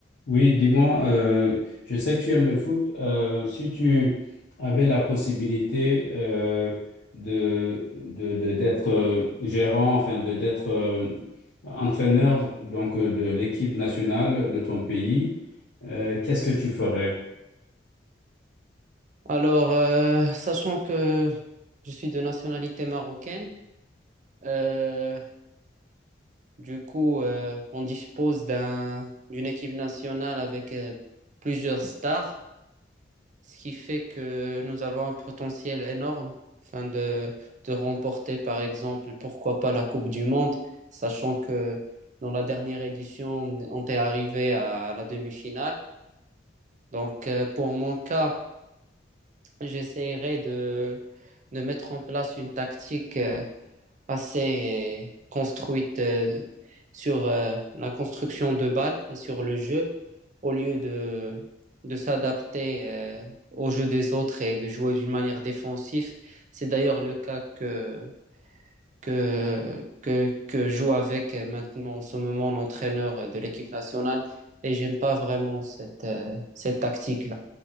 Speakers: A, on the left; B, on the right.
A: Oui, dis-moi, euh, je sais que tu aimes le foot. euh, si tu avais la possibilité euh, de, de, de- d'être euh, gérant, enfin de d'être euh, entraîneur donc euh, de l'équipe nationale de ton pays, euh, qu'est-ce que tu ferais?
B: Alors, euh, sachant que je suis de nationalité marocaine, euh, du coup, euh, on dispose d'un, d'une équipe nationale avec euh, plusieurs stars, ce qui fait que nous avons un potentiel énorme afin de, de remporter, par exemple, pourquoi pas la Coupe du Monde, sachant que dans la dernière édition, on est arrivé à la demi-finale. Donc, euh, pour mon cas, j'essaierai de, de mettre en place une tactique. euh, assez euh, construite euh, sur euh, la construction de balles et sur le jeu, au lieu de, de s'adapter euh, au jeu des autres et de jouer d'une manière défensive. C'est d'ailleurs le cas que, que, que, que joue avec euh, maintenant en ce moment l'entraîneur de l'équipe nationale et j'aime pas vraiment cette, euh, cette tactique-là.